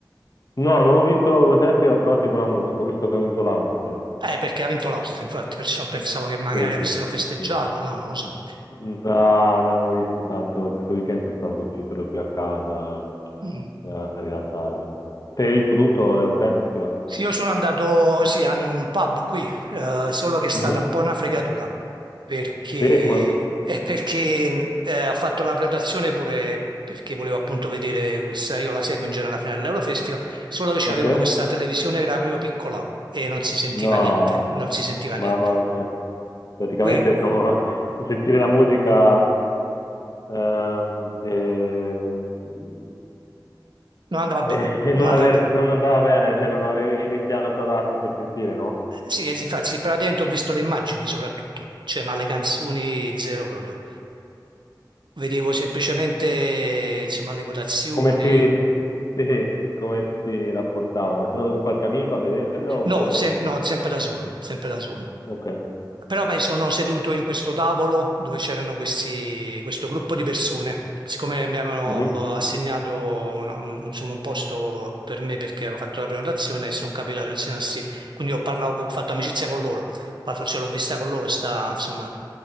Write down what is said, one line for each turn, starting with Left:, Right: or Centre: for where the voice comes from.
Left: No, non ho visto l'Euro Festival, però seguo la musica, ho visto che ha vinto l'Austria.
Right: Eh, perché ha vinto l'Austria, infatti, perciò pensavo che magari
Left: Sì,
Right: avessero
Left: sì,
Right: festeggiato,
Left: sì.
Right: no, non lo so.
Left: No, non ho visto tanto, questo weekend sono stato più- per lo più a casa
Right: Mm.
Left: eh, a rilassarmi. Te hai visto tutto l'Euro Festival?
Right: Sì, io sono andato, sì, a un un pub qui, eh, solo che è stata
Left: Mhm.
Right: un po' una fregatura, perché,
Left: Sì, con-
Right: eh, perché eh, ho fatto la prenotazione pure perché volevo appunto vedere questa, io la seguo in genere alla fine dell'Eurofestival, solo che c'avevano
Left: ok.
Right: questa televisione che era proprio piccola e non si sentiva
Left: No,
Right: niente, non si sentiva
Left: mamma
Right: niente,
Left: mia. Praticamente
Right: quindi
Left: non... <laughs> sentire la musica eh, e, <laughs>
Right: non andava bene,
Left: e e non,
Right: non andava
Left: aver-
Right: bene.
Left: non andava bene, cioè non avevi l'impianto adatto per sentire, no?
Right: Eh, Sì, eh, sì, infatti, praticamente ho visto le immagini soprattutto, cioè, ma le canzoni zero proprio. Vedevo semplicemente, insomma, le votazioni,
Left: Come si, <laughs> sì, come si rapportavano? Sei andato con qualche amico a vederlo oppure...
Right: No, sem- no, sempre da solo, sempre da solo.
Left: Ok,
Right: Però mi sono seduto in questo tavolo dove c'erano questi, questo gruppo di persone. Siccome mi avevano
Left: Mhm.
Right: eh, assegnato un, un- insomma, un posto per me perché avevo fatto la prenotazione e sono capitato insieme a sì. Quindi ho parlato, ho fatto amicizia con loro, Ho fatto- ce l'ho vista con loro sta, insomma,